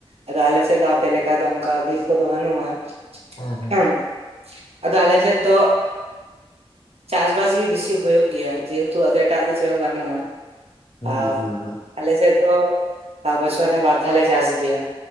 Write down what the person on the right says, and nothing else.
ᱟᱫᱚ ᱟᱞᱮ ᱥᱮᱫ ᱫᱚ ᱟᱯᱮ ᱞᱮᱠᱟ ᱫᱚ ᱚᱱᱠᱟ ᱵᱤᱨ ᱠᱚᱫᱚ ᱵᱟᱹᱱᱩᱜᱼᱟ,
ᱦᱮᱸᱢ ᱟᱫᱚ ᱟᱞᱮ ᱥᱮᱫ ᱫᱚᱜ ᱪᱟᱥ ᱵᱟᱥ ᱜᱮ ᱵᱮᱥᱤ ᱦᱳᱭᱳᱜ ᱜᱮᱭᱟ, ᱡᱮᱦᱮᱛᱩ ᱟᱫᱚ ᱮᱴᱟᱜ ᱫᱮ ᱪᱮᱜ ᱦᱚᱸ ᱵᱟᱹᱱᱩᱜᱼᱟ᱾
ᱟᱻᱵ
ᱟᱞᱮ ᱥᱮᱫ ᱫᱚ ᱟ ᱵᱚᱪᱷᱚᱨ ᱨᱮ ᱵᱟᱨ ᱫᱷᱟᱣ ᱞᱮ ᱪᱟᱥ ᱜᱮᱭᱟ᱾